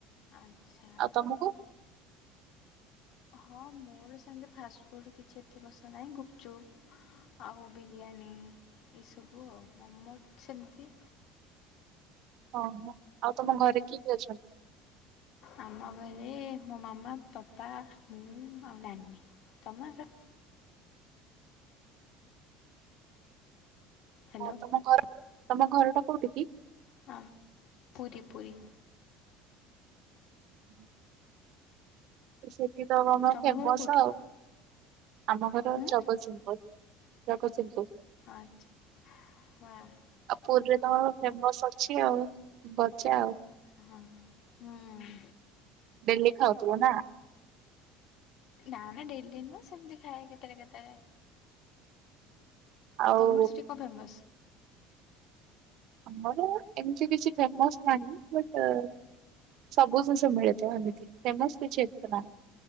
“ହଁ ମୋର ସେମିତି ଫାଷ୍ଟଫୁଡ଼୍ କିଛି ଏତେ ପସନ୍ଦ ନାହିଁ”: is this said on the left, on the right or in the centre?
Left